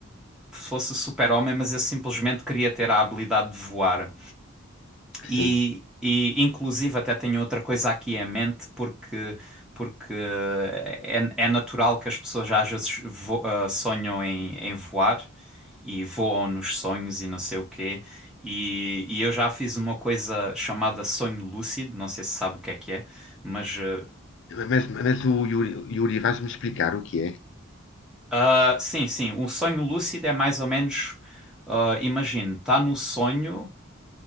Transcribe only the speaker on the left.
sim.
Mas, mas o Yuri, Yuri, vais-me explicar o que é?